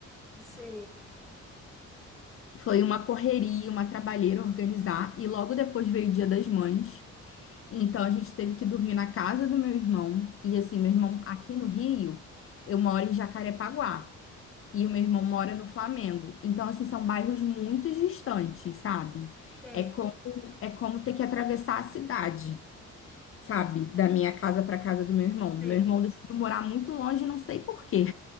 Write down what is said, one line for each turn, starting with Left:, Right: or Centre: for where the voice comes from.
Centre: Sei.
Left: Foi uma correria, uma trabalheira organizar, e logo depois veio o Dia das Mães. Então a gente teve que dormir na casa do meu irmão. E assim, meu irmão aqui no Rio, eu moro em Jacarepaguá. E o meu irmão mora no Flamengo. Então, assim, são bairros muito distantes, sabe?
Centre: Tem,
Left: É como, é como ter que atravessar a cidade, sabe? Da minha casa para casa do meu irmão. Meu
Centre: tem.
Left: irmão decidiu morar muito longe, não sei por quê.